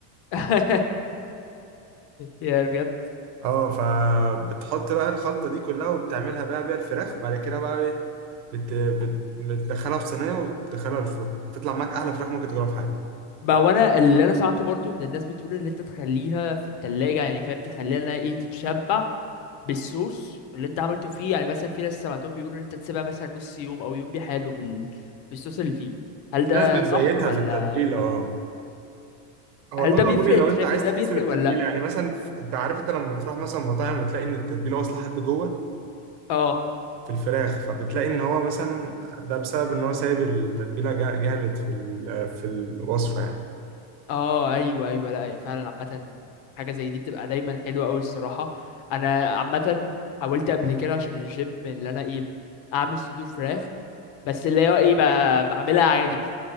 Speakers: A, on the left; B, on the right.
A: <laughs> يا بجد
B: اه فبتحط بقى الخلطه دي كلها وبتعملها بقى بيها الفراخ بعد كده بقى ايه بت... بت... بتدخلها في صينيه وتدخلها الفرن هتطلع معاك احلى فراخ ممكن تاكلها في حياتك
A: ما وانا اللي انا سمعته برضو ان الناس بتقول ان انت تخليها في التلاجة يعني فاهم تخليها انها ايه تتشبع بالصوص اللي انت عملته فيه يعني مثلا في ناس سمعتهم بيقولوا ان انت تسيبها مثلا نص يوم او يوم بحاله بال... بالصوص اللي فيه هل
B: في
A: ده
B: ناس بتبيتها
A: صح ولا
B: في التتبيله اه هو
A: هل
B: ده
A: ده
B: ضروري
A: بيفرق
B: لو
A: انت
B: انت
A: شايف
B: عايز
A: ان ده
B: تحس
A: بيفرق
B: بالتتبيله
A: ولا لأ؟
B: يعني مثلا انت عارف انت لما بتروح مثلا مطاعم وتلاقي ان التتبيله واصله لحد جوه
A: اه
B: في الفراخ فبتلاقي ان هو مثلا ده بسبب ان هو سايب التتبيله جا- جامد في ال... في الوصفه يعني
A: اه ايوه ايوه لا هي فعلا عامه حاجه زي دي بتبقى دايما حلوه قوي الصراحه انا عامه حاولت قبل كده عشان الجيم اللي انا ايه اعمل صدور فراخ بس اللي هو ايه ب- بعملها عادي مش